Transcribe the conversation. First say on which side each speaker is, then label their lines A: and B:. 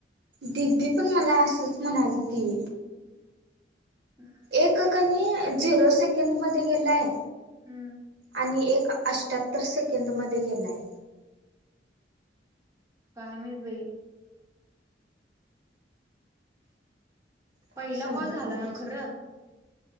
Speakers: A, on the right; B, on the right.
A: दिदी पण मला असंच म्हणाल ती.
B: हम्.
A: एक कनी झिरो सेकंद मध्ये गेलाय.
B: हम्म.
A: आणि एक अष्ट्यात्तर सेकंद मध्ये गेलाय.
B: काय माहित बाई.
A: काय
B: पहिला
A: समजा
B: कॉल झाला
A: ना घ्यायचं
B: नवं खरं.